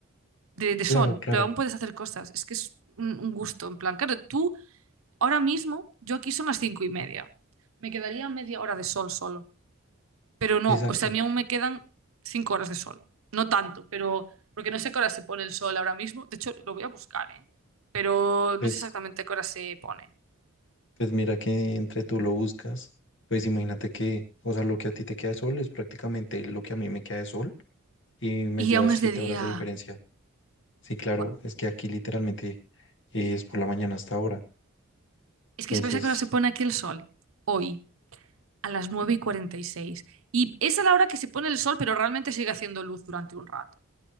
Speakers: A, on the right; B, on the left.
A: de, de sol,
B: claro, claro,
A: pero aún puedes hacer cosas. Es que es un, un gusto, en plan, claro, tú ahora mismo, yo aquí son las 5 y media, me quedaría media hora de sol solo, pero no,
B: exacto.
A: o sea, a mí aún me quedan 5 horas de sol, no tanto, pero porque no sé a qué hora se pone el sol ahora mismo, de hecho lo voy a buscar, ¿eh? pero
B: Pues,
A: no sé exactamente a qué hora se pone.
B: pues mira que entre tú lo buscas, pues imagínate que, o sea, lo que a ti te queda de sol es prácticamente lo que a mí me queda de sol y me
A: Y
B: llevas
A: aún es
B: siete
A: de día.
B: horas de diferencia. Sí, claro,
A: Buah.
B: es que aquí literalmente eh, es por la mañana hasta ahora.
A: Es que
B: Entonces,
A: ¿sabes a qué hora se pone aquí el sol? Hoy. a las nueve y cuarenta Y seis y esa es la hora que se pone el sol, pero realmente sigue haciendo luz durante un rato. O